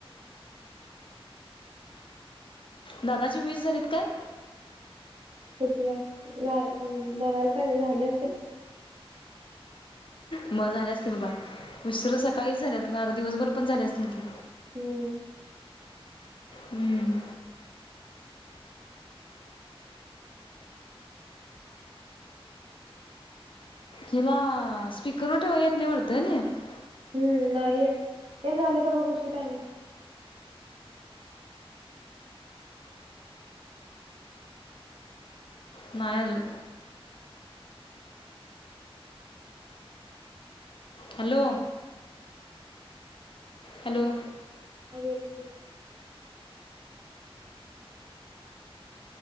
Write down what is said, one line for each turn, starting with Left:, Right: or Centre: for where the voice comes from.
Left: दादाची वीस झालीत काय?
Right: कुठल्या? झाल, ऊ बघायला पाहिेजे, झाले असतील.
Left: म झाले असतील <unintelligible> उशीर सकाळीच झाल्यात म आता दिवसभर पण झाले असतील की.
Right: हम्म.
Left: हम्म. जिला स्पीकरवर ठेवाय येत नाही वाटतं <unintelligible>
Right: हम् नाही येत, हे झालं का बघ <unintelligible> टायमिंग.
Left: नाही अजून. हॅलो! हॅलो!
Right: हा बोल की.